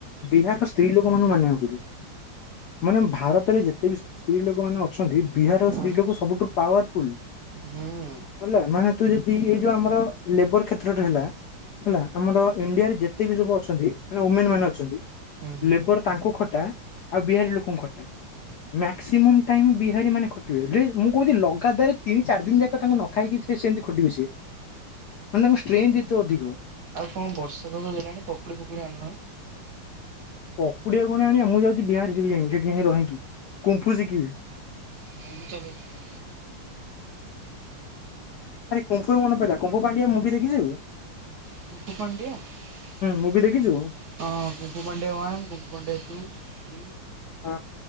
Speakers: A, on the left; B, on the right.
A: ବିହାର ର ସବୁ ସ୍ତ୍ରୀ ଲୋକମାନେ
B: ହଁ
A: ମାନିବାକୁ ପଡିବ। ମାନେ ଭାରତରେ ଯେତେ ବି ସ୍ତ୍ରୀ ଲୋକ ମାନେ ଅଛନ୍ତି। ବିହାରର
B: ହଁ ହଁ
A: ସ୍ତ୍ରୀ ଲୋକ ସବୁଠୁ ପାୱାରଫୁଲ୍।
B: ହୁଁ।
A: ହେଲା ମାନେ ତୁ ଯଦି ଏଇ ଯୋଉ ଆମର ଲେବର କ୍ଷେତ୍ରରେ ହେଲା। ହେଲା ଆମର ଇଣ୍ଡିଆରେ ଯେତେ ବି ସବୁ ଅଛନ୍ତି ମାନେ ଓମେନ୍
B: ହୁଁ
A: ମାନେ ଅଛନ୍ତି।
B: ହୁଁ ହୁଁ
A: ଲେବର ତାଙ୍କୁ ଖଟା ଆଉ ବିହାରୀ ଲୋକଙ୍କୁ ଖଟା ମ୍ୟାକ୍ସିମମ୍ ଟାଇମ୍ ବିହାରୀ ମାନେ ଖଟିବେ। ବେ ମୁଁ କହୁଛି ଲଗାତାର ତିନି ଚାରି ଦିନ ଯାକ ତାଙ୍କୁ ନ ଖାଇକି ସେ ସେମିତି ଖଟିବେ ସେ ମାନେ ତାଙ୍କୁ ଷ୍ଟ୍ରେନ୍ଥ ଏତେ ଅଧିକ।
B: ଆଉ କଣ ବର୍ଷା ତଷ ଦେଲାଣି ପକୁଡି ଫକୁଡି ଆନ।
A: ପକୁଡିଆ କଣା ଆଣିଆ। ମୁଁ ଯାଉଛି ବିହାର ଯିବି ଯାଇ ସେଠି ଯାଇ ରହିକି କୁମ୍ଫୁ ଶିକିବି।
B: ମୁଁ ବି ଚାଲ ଯିବା।
A: ଆରେ କୁମ୍ପୁରୁ ମନେ ପଡିଲା କୁମ୍ପୁ ପାଣ୍ଡିଆ ମୁଭିି ଦେଖି ଯିବୁ।
B: କୁମ୍ଫୁ ପାଣ୍ଡିଆ ହଁ
A: ମୁଭି ଦେଖିଛୁ
B: kung fu panda one one day two three.
A: ହଁ